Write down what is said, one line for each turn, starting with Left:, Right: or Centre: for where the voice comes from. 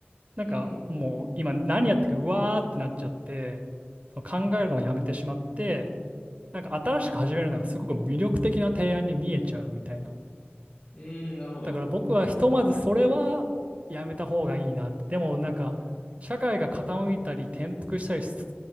Right: なんかもう今何やってるか、
Left: い。うん。
Right: うわーってなっちゃって、その考えるのをやめてしまって、なんか新しく始めるのがすごく魅力的な提案に見えちゃうみたいな。
Left: うん。なるほど。
Right: だから僕はひとまずそれはやめた方がいいなって。でもなんか社会が傾いたり転覆したりす、